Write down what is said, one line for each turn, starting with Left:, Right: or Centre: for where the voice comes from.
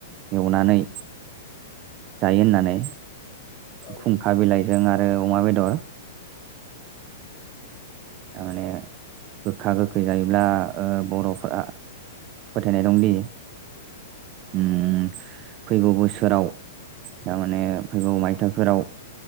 Right: एवनानै जायो होननानै
Left: औ नंगौ
Right: खुंखा
Left: नोंथां
Right: बिलाइजों आरो अमा बेदर थारमाने गोखा गोखै जायोब्ला ओ बर'फोरा फोथायनाय दंदि
Left: औ
Right: ओम
Left: नंगौ नोंथां
Right: फैगौ बोसोराव थारमाने फैगौ मायथाइफोराव